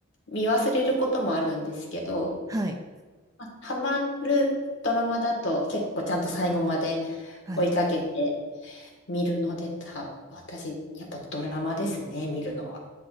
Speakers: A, on the left; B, on the right.
A: 見忘れることもあるんですけど、
B: はい。
A: まあハマるドラマだと結構ちゃんと最後まで
B: はい。
A: 追いかけて見るのでた、私、やっぱドラマですね、見るのは。